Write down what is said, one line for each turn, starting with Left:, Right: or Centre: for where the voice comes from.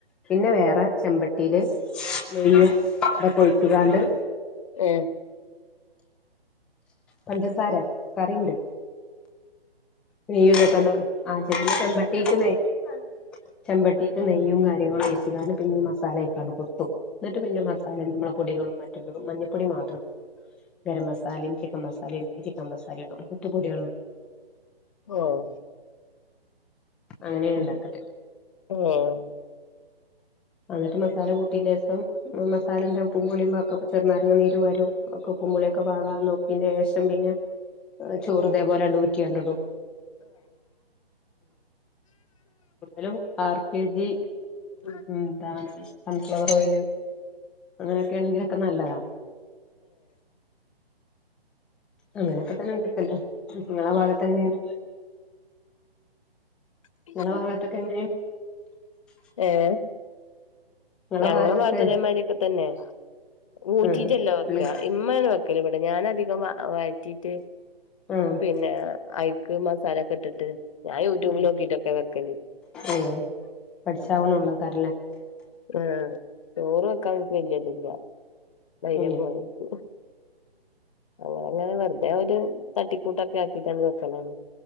Centre: പിന്നെ വേറെ ചെമ്പട്ടീല് നെയ്യും ഇതൊക്കെ ഒഴിച്ച് കാണ്ട്
Left: ഏഹ്
Centre: പഞ്ചസാരെ കറീണ്ട് നെയ്യും ഇതൊക്കണ്ട് ആഹ് ചെമ്പ് ചെമ്പട്ടിക്ക് നെ- ചെമ്പട്ടീക്ക് നെയ്യും കാര്യങ്ങളും ഒഴിച്ച്കാണ്ട് പിന്നെ ഈ മസാലയ്ക്കാണ്ട് കൊട്ടും ന്നട്ട് പിന്നെ മസാ സാല നമ്മെള പൊടികളും മറ്റുള്ളതും മഞ്ഞപ്പൊടി മാത്രട്ട് ഗരം മസാലിം ചിക്കംമസാലിം ഇണ്ടങ്കി ചിക്കുമസാലിം ഇടും ന്നട്ട് പൊടിക
Left: ആഹ്
Centre: അങ്ങനെയാ
Left: ഉം
Centre: ഉണ്ടാക്കല്
Left: ആഹ്
Centre: അന്നിട്ട് മസാല കൂട്ടീന്റെസം മസാലേന്റെ ഉപ്പും പുളിം വാക്കപ്പ ചെറുനാരങ്ങ നീര് പാരും ഒക്ക ഉപ്പും പുള്യക്കെ പാകാ നോക്കീന്റെ ശേഷം പിന്നെ ഏഹ് ചോറുതേപോലെഇടും ഊറ്റിയാണ്ട്ടും കൂടുതലും ആർ കെ ജി
Left: ഉം
Centre: എന്താണ് <unintelligible> സൺഫ്ലവെർ ഓയില് അങ്ങനെയൊക്കെ ഏണെങ്കിലൊക്കെ നല്ലതാ അങ്ങനൊക്കെ തെന്നെ ഇണ്ട്ട്ടോ എല്ലൊയും ഇങ്ങെളെ ഭാഗെത്ത് എങ്ങനെയാണ്
Left: <unintelligible>
Centre: നിങ്ങളെ ഭാഗത്തൊക്കെ എങ്ങനെയാണ്
Left: ഏഹ്
Centre: നിങ്ങളെ
Left: ഞങ്ങളെ
Centre: ഭാഗത്തൊക്കെ
Left: ഭാഗത്തും ഇതെമായിരി ഒക്കെ തന്നെ ഊറ്റിട്ട്
Centre: ആഹ്
Left: അല്ല വെക്കാ
Centre: ഉള്ളി
Left: ഇമ്മാണ് വെക്ക് ക്കെൽ ഇബെടെ ഞാനധികം വ വയറ്റിട്ട്
Centre: ആഹ്
Left: പിന്നെ അയ് ക്ക്‌ മസാലൊക്കെ ഇട്ട്ട്ട് ഞാ യൂട്യൂബ്ൽ
Centre: ആഹ്
Left: നോക്കിട്ടൊക്കെ വെക്കെൽ
Centre: ഏഹ് പഠിച്ചാവണള്ളേക്കാരല്ലേ
Left: ഉം ആഹ് ചോറ് വെക്കാൻ ഇൻക്ക് വെല്ല്യ ഇത് ഇല്ല ധൈര്യം
Centre: ഏഹ്
Left: പോരാ ഇൻക്ക് അത് അങ്ങനെ വെറ്തെ ഒര് തട്ടിക്കൂട്ടൊക്കെ ആക്കിട്ടാണ്ട് വെക്കലാണ്